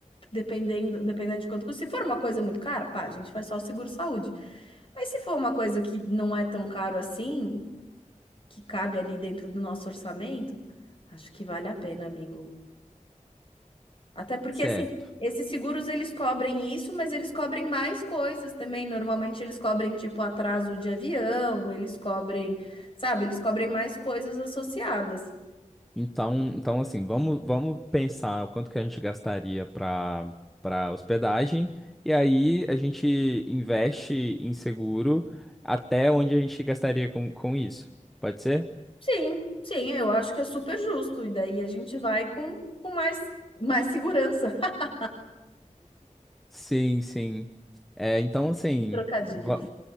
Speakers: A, on the left; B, in the centre.
A: dependendo, dependendo de quanto custa. Se for uma coisa muito cara, pá, a gente faz só o seguro-saúde. Mas se for uma coisa que não é tão caro assim, que cabe ali dentro do nosso orçamento, acho que vale a pena, amigo. Até porque,
B: certo.
A: assim, esses seguros eles cobrem isso, mas eles cobrem mais coisas também. Normalmente eles cobrem, tipo, atraso de avião, eles cobrem, sabe, eles cobrem mais coisas associadas.
B: Então, então assim, vamos, vamos pensar o quanto que a gente gastaria para para hospedagem e aí a gente investe em seguro até onde a gente gastaria com, com isso. Pode ser?
A: Sim, sim, eu acho que é super justo. E daí a gente vai com, com mais, mais segurança. <laughs>
B: Sim, sim. É, então, assim,
A: Que Trocadilho.
B: va-